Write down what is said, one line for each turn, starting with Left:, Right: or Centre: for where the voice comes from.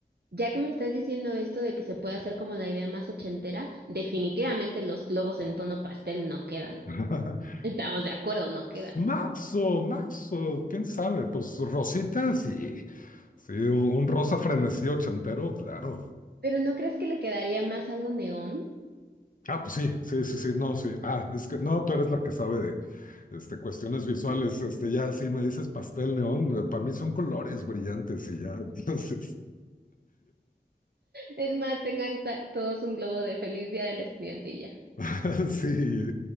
Right: ya que me estás diciendo esto de que se puede hacer como la idea más ochentera, definitivamente los globos en tono pastel no quedan.
Left: <laughs>
Right: <laughs> Estamos de acuerdo, no quedan.
Left: Mazo, mazo, quién sabe, pues rositas y sí, un, un rosa frenesí ochentero, claro.
Right: Pero ¿no crees que le quedaría más algo neón?
Left: Ah, pues sí, sí, sí, sí, no, sí. Ah, es que no, tú eres la que sabe de este, cuestiones visuales. Este, ya, sí, me dices pastel neón, para mí son colores brillantes y ya, <laughs> entonces.
Right: Es más, tengan ta- todos un globo de feliz día del estudiante y ya.
Left: <laughs> Sí,